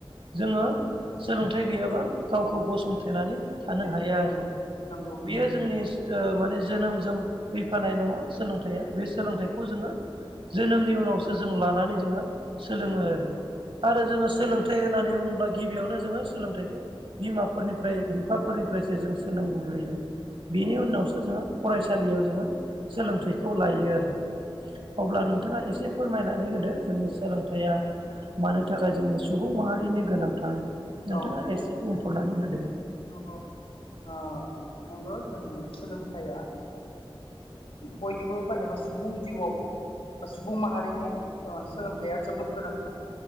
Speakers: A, on the right (about 70°); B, on the left (about 85°).
A: जोङो सोलोंथाइ गैयाबा गावखौ गसंथेनानै थानो हायो आरो
B: नंगौ नंगौ
A: बेयो जोंनि ओ माने जोनोमजों फैफानाय नङा सोलोंथाइया बे सोलोंथाइखौ जोङो जोनोमनि उनावसो जों लानानै जोङो सोलोङो आरो आरो जोङो सोलोंथाइ होननानै बुङोब्ला गिबियावनो जोङो सोलोंथाइखौ बिमाफोरनिफ्राय बिफाफोरनिफ्रायसो जों सोलोंबोग्रोयो बिनि
B: औ नंगौ
A: उन उनावसो जोङो फरायसालियाव जोङो सोलोंथाइखौ लायो आरो अब्ला नों नोंथाङा एसे फोरमायनानै होदो जोंनि सोलोंथाइया मानो थाखाय जोंनो सुबुं माहारिनि गोनांथार नोंथाङा
B: औ
A: एसे बुंफोरनानै होदो।
B: नंगौ ओ नंगौ जों सोलोंथाइया बयनिबो बा एबा सुबुं जिउआव बा सुबुं माहारिनो ओ सोलोंथाइया जोबोद गोनांथार